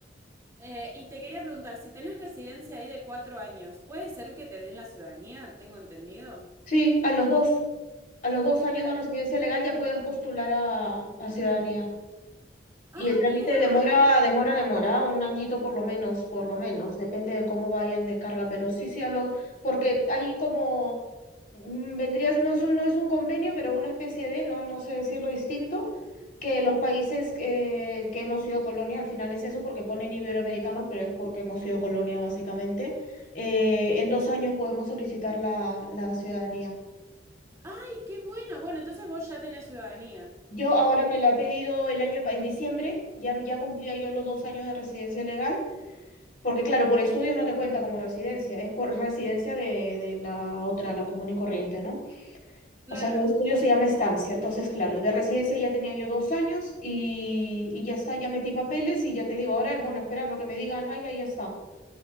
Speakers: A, on the right; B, on the left.
A: Eh, y te quería preguntar, si tenés residencia ahí de cuatro años, ¿puede ser que te den la ciudadanía? ¿Tengo entendido?
B: Sí, a los dos. A los dos años
A: Ah,
B: de residencia legal ya puedes postular a, a ciudadanía. Y
A: ah,
B: el trámite
A: mirá.
B: demora, demora, demora, un añito por lo menos, por lo menos, depende de cómo vayan de carga, pero sí, sí, a lo, porque ahí como mm, vendrías, no es un, no es un convenio, pero una especie de, no, no sé decirlo distinto, que los países eh, que hemos sido colonia, al final es eso, porque ponen iberoamericanos, pero es porque hemos sido colonia básicamente, eh, en dos años podemos solicitar la, la ciudadanía.
A: Ay, qué bueno. Bueno, entonces vos ya tenés ciudadanía.
B: Yo ahora me la he pedido el año, pa- en diciembre, ya, ya cumplía yo los dos años de residencia legal, porque claro, por estudios no te cuenta como residencia, es por residencia de, de la otra, la común y corriente, ¿no?
A: Claro.
B: O sea, los estudios se llama estancia, entonces claro, de residencia ya tenía yo dos años y, y ya está, ya metí papeles y ya te digo, ahora, bueno, esperando que me digan, ah, ya, ya está.